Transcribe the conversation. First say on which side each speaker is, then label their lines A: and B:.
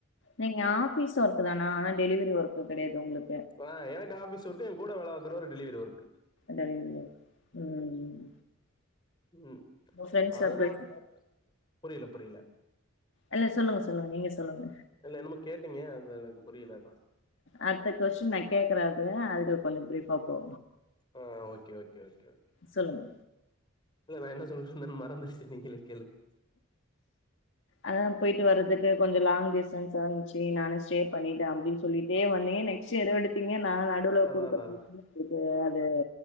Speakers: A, on the left; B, on the left.
A: நீங்க ஆபீஸ் ஒர்க் தானா ஆனா டெலிவரி ஒர்க் கெடையாது உங்களுக்
B: வா எ எனக்கு ஆபிஸ் ஒர்க் என் கூட வேல பாக்குரவரு டெலவெரி ஒர்க்.
A: டெலிவரி ஒர்க் ம் ம்
B: ம்
A: சென்ஸ் சப்லேட்.
B: அதனால புரியல புரியல.
A: இல்ல சொல்லுங்க சொல்லுங்க நீங்க சொல்லுங்க.
B: இல்ல என்னமோ கேட்டீங்க அது. எனக்கு புரியல அதா
A: அடுத்த கொஸ்டின் நா கேக்குறது அதுக்கு கொஞ்சோ ஃப்ரீப். அப்போ.
B: ஆ okay okay okay okay okay.
A: சொல்லுங்க
B: இல்ல நா என்ன சொல்லிட்ருந்தேனு மறந்துச்சு நீங்களே கேளுங்
A: அதான் போயிட்டு வர்றதுக்கு கொஞ்சம் லாங் டிஸ்டன்ஸ் இருந்துச்சு நானச். ஸ்டே பண்ணிட்டே அப்டின்னு சொல்லிட்டே வந்தீங்க நெக்ஸ்ட்டு ஏதோ எடுத் திங்க நான் நடுவுல
B: அதா
A: குடுக்க
B: அதா
A: போ இது அது